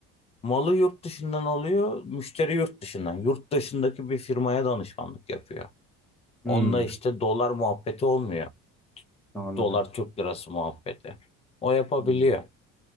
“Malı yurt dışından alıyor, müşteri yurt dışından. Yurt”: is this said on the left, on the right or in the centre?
Left